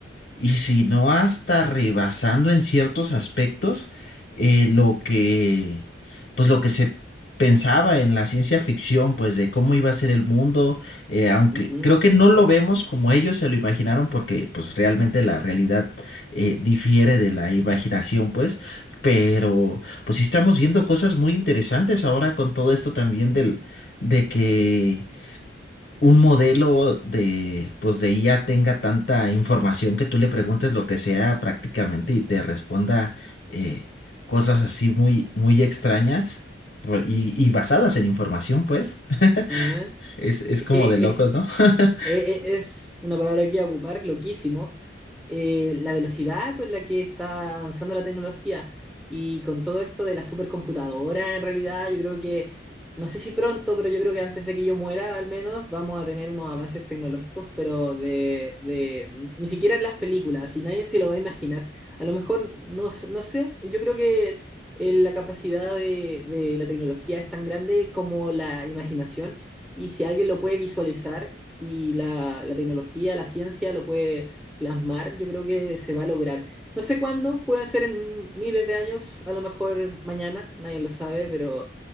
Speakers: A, on the left; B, in the centre.
A: y si no hasta rebasando en ciertos aspectos eh, lo que, pues lo que se pensaba en la ciencia ficción, pues de cómo iba a ser el mundo, eh, aunque
B: <laughs> Ujú,
A: creo que no lo vemos como ellos se lo imaginaron, porque pues realmente la realidad eh, difiere de la imaginación, pues, pero pues sí estamos viendo cosas muy interesantes ahora con todo esto también del, de que un modelo de, pues de IA tenga tanta información que tú le preguntes lo que sea prácticamente y te responda eh, cosas así muy, muy extrañas pues, y, y basadas en información, pues. <laughs>
B: ajá.
A: Es, es
B: Es
A: como
B: que
A: de locos,
B: es,
A: ¿no? <laughs>
B: E- e- Es una palabra que iba a ocupar, loquísimo, eh, la velocidad con la que está avanzando la tecnología y con todo esto de la supercomputadora, en realidad, yo creo que, no sé si pronto, pero yo creo que antes de que yo muera, al menos, vamos a tener unos avances tecnológicos, pero de, de ni siquiera en las películas, y nadie se lo va a imaginar. A lo mejor, no, s- no sé, yo creo que eh, la capacidad de, de la tecnología es tan grande como la imaginación, y si alguien lo puede visualizar, y la, la tecnología, la ciencia lo puede plasmar, yo creo que se va a lograr. No sé cuándo, pueden ser en miles de años, a lo mejor mañana, nadie lo sabe, pero